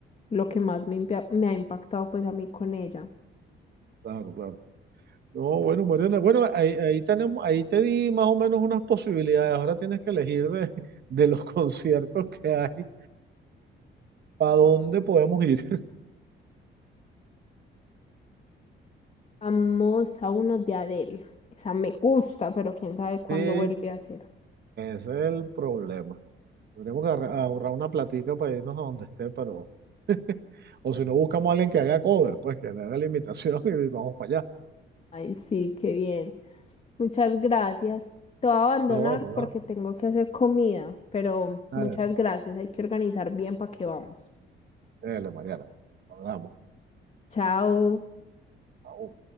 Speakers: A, on the left; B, on the right.
A: lo que más me, impia- me ha impactado pues a mí con ella.
B: Claro, claro. No, bueno, Mariana, bueno, ahí, ahí tenemos, ahí te di más o menos unas posibilidades. Ahora tienes que elegir de, de los <laughs> conciertos que hay, para dónde podemos ir.
A: Vamos a uno de Adele. Esa me gusta, pero quién sabe cuándo
B: Sí, ese
A: vuelve a ser.
B: es el problema. Tendremos que ahorra- ahorrar una platica para irnos a donde esté, pero, <laughs> o si no, buscamos a alguien que haga cover, pues que le haga la imitación <laughs> y vamos para allá.
A: Ay, sí, qué bien. Muchas gracias. Te voy a abandonar
B: No, bueno, no.
A: porque tengo que hacer comida, pero
B: Dale,
A: muchas gracias. Hay que organizar bien para que vamos.
B: dale, Mariana. Hablamos.
A: Chao.
B: Chao.